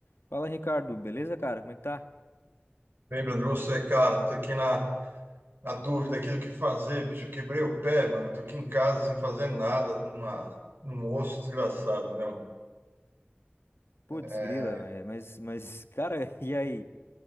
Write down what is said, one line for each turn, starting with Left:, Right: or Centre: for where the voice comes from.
Left: Fala, Ricardo, beleza, cara? Como é que tá?
Right: Bem, Bruno, você, cara, tô aqui na, na dúvida aqui do que fazer, bicho. Eu Quebrei o pé, mano. Eu tô aqui em casa sem fazer nada, numa, num osso desgraçado, mesmo.
Left: Putz,
Right: É...
Left: grila, é, mas, mas, cara, <laughs> e aí?